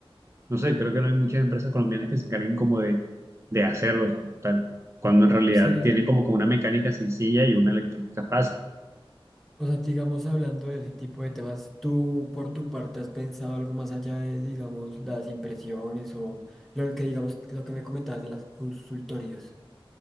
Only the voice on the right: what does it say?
No sé, creo que no hay muchas empresas colombianas que se encarguen como de, de hacerlos como tal, cuando en realidad
tienen como, como una mecánica sencilla y una electrónica fácil.